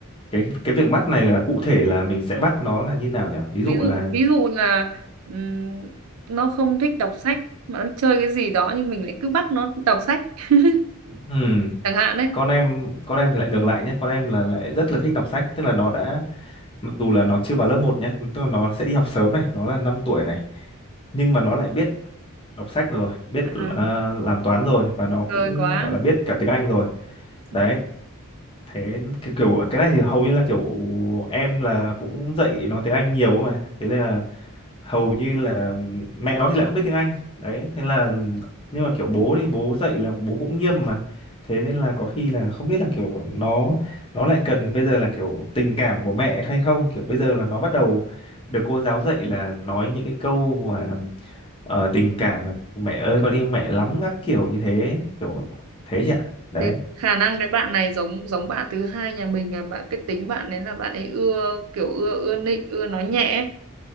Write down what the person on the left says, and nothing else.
cái cái việc bắt này là cụ thể là mình sẽ bắt nó là như nào nhỉ ví dụ
là
ừ.
con em con em thì lại ngược lại nhé con em là lại rất là thích đọc sách tức là nó đã mặc dù là nó chưa vào lớp một nhé tức là nó sẽ đi học sớm này nó là 5 tuổi này nhưng mà nó lại biết đọc sách rồi biết
ờ, làm toán rồi và nó
cũng
gọi là biết cả tiếng Anh rồi
đấy thế cái kiểu cái này thì hầu như là kiểu em là cũng dạy nó tiếng Anh nhiều mà thế nên là hầu như là mẹ nó thì lại không biết tiếng Anh đấy thế là nhưng mà kiểu bố thì bố dạy là bố cũng nghiêm mà thế nên là có khi là không biết là kiểu nó nó lại cần bây giờ là kiểu tình cảm của mẹ hay không kiểu bây giờ là nó bắt đầu được cô giáo dạy là nói những cái câu mà ờ, tình cảm là mẹ ơi con yêu mẹ lắm các kiểu như thế kiểu thế chị ạ đấy